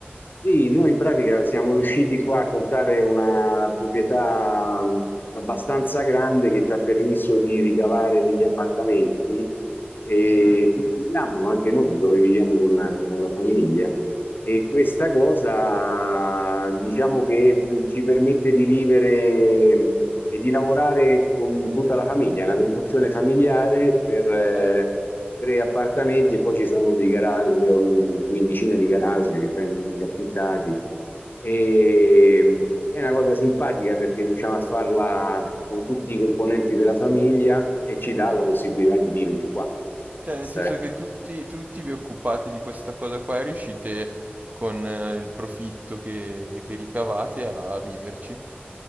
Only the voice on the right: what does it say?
Mhm.
Bello.
Cioè,
nel senso
che tutti, tutti vi occupate di questa cosa qua e riuscite con eh, il profitto che, che ricavate a viverci.